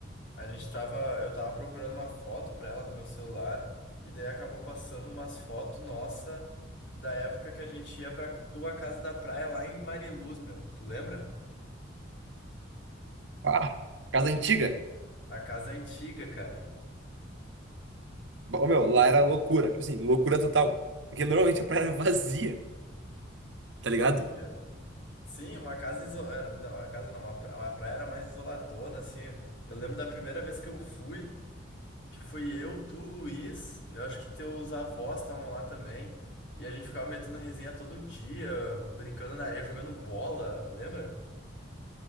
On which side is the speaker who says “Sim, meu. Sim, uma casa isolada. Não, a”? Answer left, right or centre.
Left